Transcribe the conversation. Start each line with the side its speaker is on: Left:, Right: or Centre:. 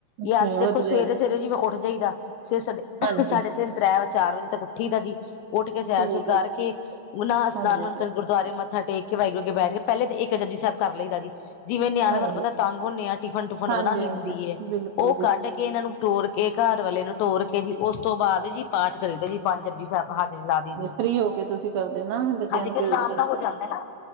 Left: ਜਾਂ
Right: ਜੀ
Left: ਤੇ ਦੇਖੋ
Right: ਵਧੀਆ
Left: ਸਵੇਰ-ਸਵੇਰੇ
Right: ਜੀ
Left: ਜੀਵੇ ਉੱਠ ਜਾਈਦਾ ਸਵੇ ਸਾਡੇ
Right: ਹਾਂਜੀ
Left: ਸਾਡੇ ਤਿੰਨ ਤ੍ਰੈ-ਚਾਰ ਵਜੇ ਤੱਕ ਉੱਠੀ ਦਾ ਜੀ, ਉੱਠ ਕੇ ਸੈਰ
Right: ਠੀਕ
Left: ਸੁਰ ਕਰਕੇ
Right: ਹੈ ਜੀ
Left: ਉਨ੍ਹਾਂ ਅਸਥਾਨ
Right: ਹਾਂਜੀ
Left: ਬਣ ਗੁਰਦੁਆਰੇ ਮੱਥਾ ਟੇਕ ਕੇ ਵਾਹਿਗੁਰੂ ਬੈਠ ਕੇ ਪਹਿਲੇ ਤੇ ਇੱਕ ਜਪੁਜੀ ਸਾਹਿਬ ਕਰ ਲਈ ਦਾ ਜੀ ਜਿਵੇਂ ਨਿਆਣੇ
Right: ਹਾਂਜੀ
Left: ਤੁਹਾਨੂੰ ਪਤਾ ਤੰਗ ਹੁਣੇ ਆ, ਟਿਫਨ-ਟੁਫਨ
Right: ਹਾਂਜੀ
Left: ਬਣਾਣੀ
Right: ਹਾਂਜੀ
Left: ਹੁੰਦੀ ਐ,
Right: ਬਿਲਕੁਲ
Left: ਉਹ
Right: ਜੀ
Left: ਕੱਢ ਕੇ ਇਹਨਾਂ ਨੂੰ ਤੋਰ ਕੇ, ਘਰ ਵਾਲੇ ਨੂੰ ਤੋਰ ਕੇ ਜੀ ਉਸ ਤੋਂ ਬਾਅਦ ਜੀ ਪਾਠ ਕਰੀਦਾ ਜੀ ਪੰਜ‌ ਜਪੁਜੀ ਸਾਹਿਬ ਹਾਜ਼ਰੀ ਲਾ ਦੀਦੀ।
Right: ਫ੍ਰਰੀ ਹੋ ਕੇ ਤੁਸੀਂ ਕਰਦੇ ਨਾ ਬੱਚਿਆਂ
Left: ਹਾਂਜੀ
Right: ਨੂੰ
Left: ਫਿਰ
Right: ਭੇਜ
Left: ਅਰਾਮ
Right: ਕੇ
Left: ਨਾਲ ਹੋ ਜਾਂਦਾ ਨਾ